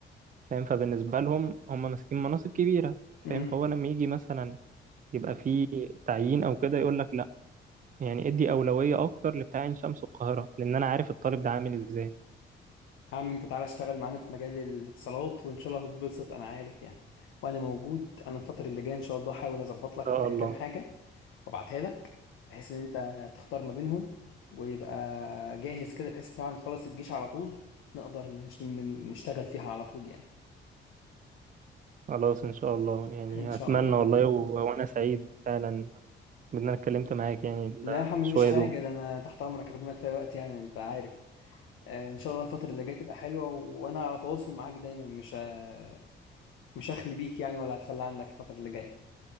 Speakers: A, on the right; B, on the left.
A: فاهم فبالنسبة لهم هم ماسكين مناصب كبيرة
B: امم
A: فاهم فهو لما يجي مثلا يبقى في تعيين أو كده يقول لك يعني ادي أولوية أكتر لبتاع عين شمس والقاهرة لأن أنا عارف الطالب ده عامل إزاي إن
B: يا عم انت تعالى اشتغل معانا في مجال الاتصالات وان شاء الله هتتبسط انا عارف يعني وانا موجود انا الفترة اللي جاية ان شاء الله هحاول اظبط لك
A: شاء
B: كام
A: الله
B: حاجة وابعتها لك بحيث ان انت تختار ما بينهم ويبقى جاهز كده بحيث طبعا تخلص الجيش على طول نقدر نش- ن- نشتغل فيها على طول يعني
A: خلاص إن شاء الله يعني
B: ان شاء
A: أتمنى
B: الله
A: والله و... وأنا سعيد فعلا بإن أنا اتكلمت معاك يعني ال-
B: لا يا حمد
A: شوية
B: مفيش حاجه
A: دول
B: ده انا تحت امرك اخدمك في اي وقت يعني انت عارف آه، ان شاء الله الفتره اللي جايه تبقى حلوه وانا على تواصل معاك دايما مش ه- مش هخلي بيك يعني ولا هتخلى عنك الفتره اللي جايه